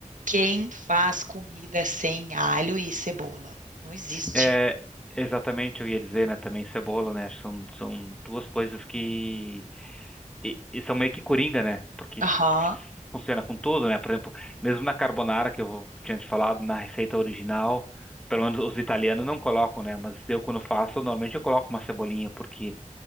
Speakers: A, on the right (about 75°); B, in the centre.
A: Quem faz comida sem alho e cebola? Não existe.
B: É, exatamente, eu ia dizer, né, também cebola, né? São, são duas coisas que e, e são meio que coringa, né? Porque
A: Aham.
B: funciona com tudo, né? Por exemplo, mesmo na carbonara, que eu vou- tinha te falado, na receita original, pelo menos os italianos não colocam, né? Mas eu, quando faço, normalmente eu coloco uma cebolinha, porque